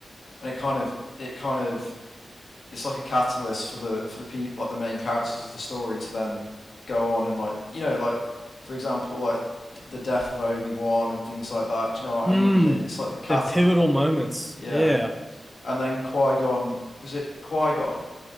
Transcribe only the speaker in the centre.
Hmm.
The pivotal moments.
Yeah.